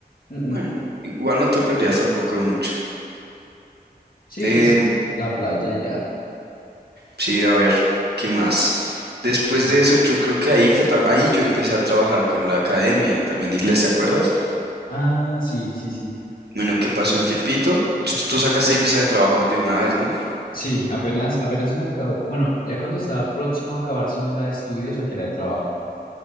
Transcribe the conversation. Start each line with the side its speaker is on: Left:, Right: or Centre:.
Left: Mm, mm.
Right: Bueno, igual no te perdías tampoco de mucho.
Left: Sí,
Right: Em,
Left: pues la playa y ya.
Right: sí, a ver, ¿qué más? Después
Left: Mm.
Right: de eso, yo creo que ahí fue tam- ahí yo empecé a trabajar con la academia, también inglés, ¿te acuerdas?
Left: Ah, sí, sí, sí.
Right: Bueno, que pasó
Left: Eh,
Right: un tiempito. Tú, tú sacas seis visas de trabajo de una vez, ¿no?
Left: sí, apenas, apenas me acabo. Bueno, ya cuando estaba próximo a acabarse la de estudios, a que la de trabajo.